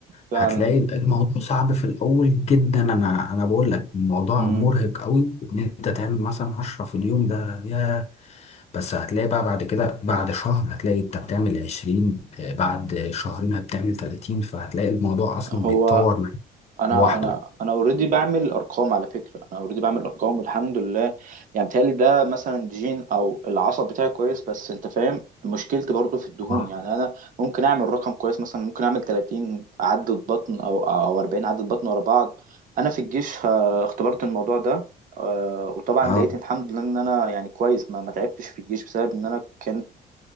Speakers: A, on the right; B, on the left.
A: فعلا
B: هتلاقي الموضوع صعب في الأول جدا أنا أنا بقول لك الموضوع
A: مم.
B: مرهق قوي إن أنت تعمل مثلا 10 في اليوم ده يا بس هتلاقي بقى بعد كده بعد شهر هتلاقي أنت بتعمل 20 آه، بعد شهرين هتعمل 30 فهتلاقي الموضوع أصلا
A: هو
B: بيتطور معاك
A: انا
B: لوحده
A: انا انا اوريدي بعمل ارقام على فكره انا اوريدي بعمل ارقام والحمد لله يعني بتهيألي ده مثلا جين او العصب بتاعي كويس بس انت فاهم مشكلتي برضو في الدهون
B: اه
A: يعني انا ممكن اعمل رقم كويس مثلا ممكن اعمل 30 عدة بطن او او 40 عدة بطن ورا بعض انا في الجيش آه، اختبرت الموضوع ده آه، وطبعا
B: اه
A: لقيت الحمد لله ان انا يعني كويس ما ما تعبتش في الجيش بسبب ان انا كانت